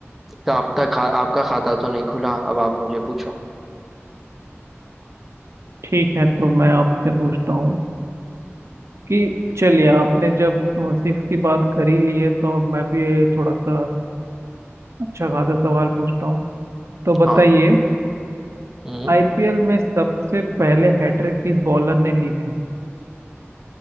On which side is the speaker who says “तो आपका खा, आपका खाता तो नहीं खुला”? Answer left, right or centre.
Centre